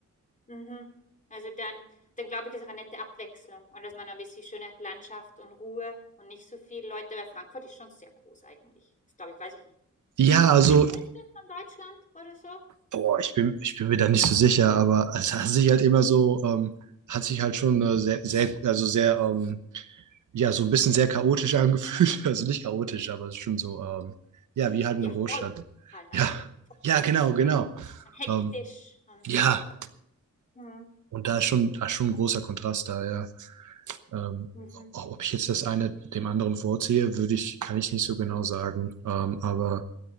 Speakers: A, on the left; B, on the right.
A: Mhm. Also dann dann glaube ich, ist auch eine nette Abwechslung und dass man ein bisschen schöne Landschaft und Ruhe und nicht so viele Leute weil Frankfurt ist schon sehr groß eigentlich. Ist, glaube ich weiß ich nicht,
B: Ja, also,
A: drittgrößte von Deutschland oder so?
B: boah,
A: Oder
B: ich bin, ich bin mir da nicht so sicher, aber es hat sich halt immer so, ähm, hat sich halt schon äh, sehr, sehr, also sehr, ähm, ja, so ein bisschen sehr chaotisch angefühlt. <laughs> Also nicht chaotisch, aber es ist schon so, ähm, ja, wie halt eine
A: ja,
B: Großstadt.
A: voll halt einfach,
B: Ja,
A: voll.
B: ja, genau, genau.
A: Ja, und hektisch
B: Ähm,
A: und
B: ja.
A: so. Mhm,
B: Und da ist schon, da ist schon ein großer Kontrast da, ja. Ähm,
A: mhm,
B: auch ob ich jetzt das eine dem anderen vorziehe, würde ich, kann ich nicht so genau sagen. Ähm, aber